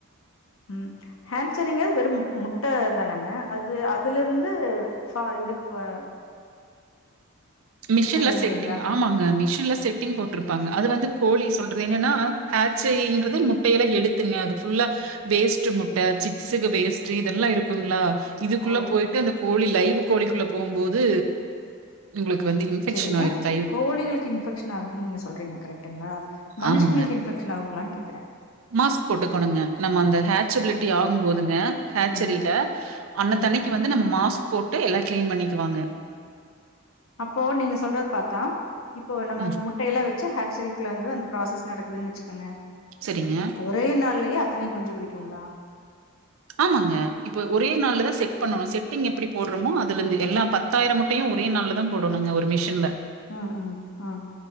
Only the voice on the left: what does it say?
ம் ஹேச்சரிங்றது வெறு மு முட்ட தானாங்க அது அதுல இருந்து ஃபா இதுக்கு ப
ஆயிரும்ங்கிறீங்களா?
ஓ!
சேரிங்க
கோழிகளுக்கு இன்ஃபெக்ஷ ன்னாவுனு நீங்க சொல்றீங்க கரெக்டுங்களா மனுஷங்களுக்கு
இன்ஃபெக்ஷன் ஆகுங்களானு கேக்குறே
ம்,
ம்.
அப்போ நீங்க சொல்றது பாத்தா இப்போ நம்ம
முட்டையெல்லா வச்சு ஹே ச்சரிகுள்ளந்து அந்த ப்ராசஸ் நடக்குதுன்னு வச்சுக்கோங்க
ஒரே நாள்லயே அத்தனையு குஞ்சு பொரிக்குங்ளா
ம் ம், ம்